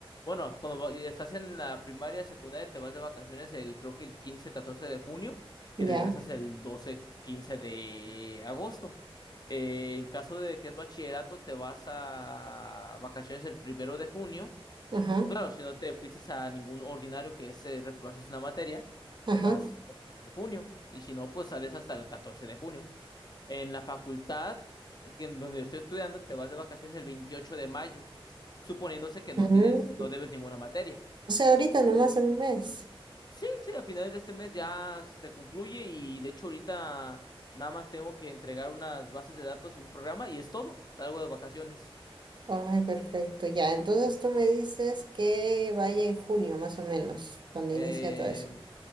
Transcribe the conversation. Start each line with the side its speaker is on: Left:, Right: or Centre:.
Left: Bueno, cuando va- estás en la primaria, secundaria, te vas de vacaciones el, creo que el 15 14 de junio y
Right: ya,
Left: regresas el 12 15 de agosto. Eh, en caso de que es bachillerato, te vas a vacaciones el primero de junio.
Right: ajá,
Left: Claro, si no te fuiste a ningún ordinario que es eh, reprobarse una materia,
Right: ajá.
Left: te vas el primero de junio. Y si no, pues sales hasta el 14 de junio. En la facultad en donde estoy estudiando, te vas de vacaciones el 28 de mayo, suponiéndose que no
Right: mm.
Left: tienes, no debes ninguna materia.
Right: O sea, ahorita nomás en un mes.
Left: Sí, sí, a finales de este mes ya se concluye y de hecho ahorita nada más tengo que entregar unas bases de datos y un programa y es todo. Salgo de vacaciones.
Right: Ay, perfecto, ya. Entonces tú me dices que vaya en junio, más o menos, cuando
Left: Eh,
Right: inicia todo eso.